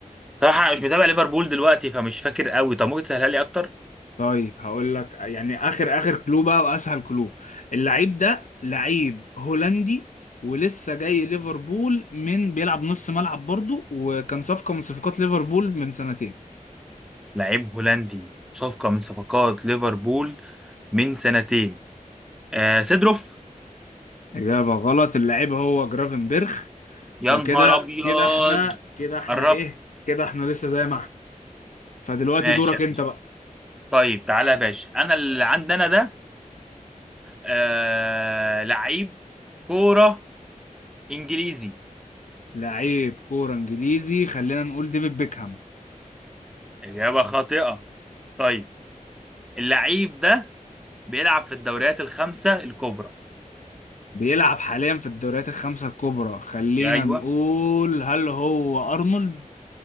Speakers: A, in the centre; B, on the left.
A: صراحة أنا مش متابع ليفربول دلوقتي فمش فاكر قوي طب ممكن تسهلها لي أكتر
B: طيب هقول لك يعني اخر اخر كلو بقى واسهل كلو اللعيب ده لعيب هولندي ولسه جاي ليفربول من بيلعب نص ملعب برضو وكان صفقه من صفقات ليفربول من سنتين
A: لعيب هولندي صفقة من صفقات ليفربول من سنتين آه سيدروف
B: اجابه غلط اللعيب هو جرافنبرخ
A: يا
B: فكده
A: نهار أبيض
B: كده احنا كده احنا
A: قربت
B: ايه كده احنا لسه زي ما احنا فدلوقتي
A: ماشي
B: دورك
A: يا
B: انت
A: باشا.
B: بقى
A: طيب تعالى يا باشا أنا اللي عندنا ده آه لعيب كورة إنجليزي
B: لعيب كورة انجليزي خلينا نقول ديفيد بيكهام
A: إجابة خاطئة طيب اللعيب ده بيلعب في الدوريات الخمسة الكبرى
B: بيلعب حاليا في الدوريات الخمسة الكبرى خلينا
A: أيوه
B: نقول هل هو أرنولد